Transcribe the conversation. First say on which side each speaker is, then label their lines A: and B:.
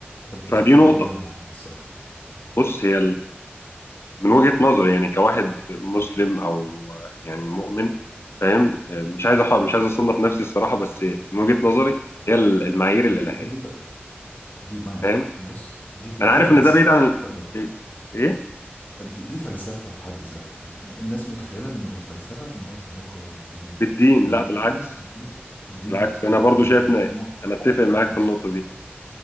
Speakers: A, on the left; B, on the left.
A: طب تفتكر
B: فدي نقطة
A: ايه هي المعاني الصح
B: بص هي من وجهة نظري يعني كواحد مسلم او يعني مؤمن فاهم مش عايز أح- مش عايز اصنف نفسي الصراحه بس من وجهة نظري هي ال- المعايير الالهيه
A: دي دي, دي, ف... دي ما...
B: فاهم
A: بص دي دي
B: انا عارف
A: فلسفه
B: ان ده بعيد عن ال- ايه
A: دي دي فلسفة في حد ذاتها يعني الناس متخيلة انه الفلسفة ملهاش علاقة بالدين
B: بالدين
A: اما
B: لا بالعكس
A: الدين الدين الدين
B: بالعكس
A: في حد
B: انا برضو
A: ذاته
B: شايف إن-
A: نوع
B: انا اتفق
A: نوع من التفلسف
B: معاك في النقطه دي